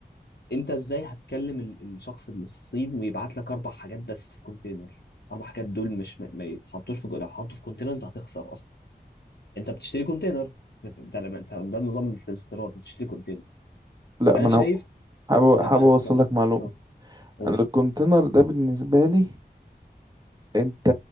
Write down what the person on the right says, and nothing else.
لا
ما
انا حابب حابب
اوصل
لك معلومة
انا الكونتينر ده بالنسبة لي انت